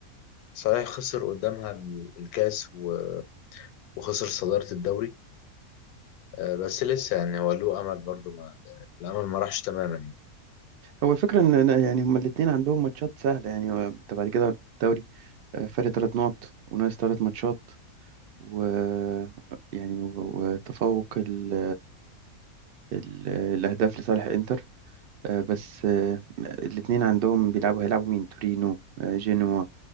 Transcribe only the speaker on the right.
هو الفكرة إن أنا يعني هما الاتنين عندهم ماتشات سهلة يعني هو أنت بعد كده الدوري آه، فرق تلات نقط وناقص تلات ماتشات و يعني و- وتفوق ال... ال... الأهداف لصالح إنتر آه، بس آه، الاتنين عندهم بيلعبوا هيلعبوا مين تورينو آه، جينوا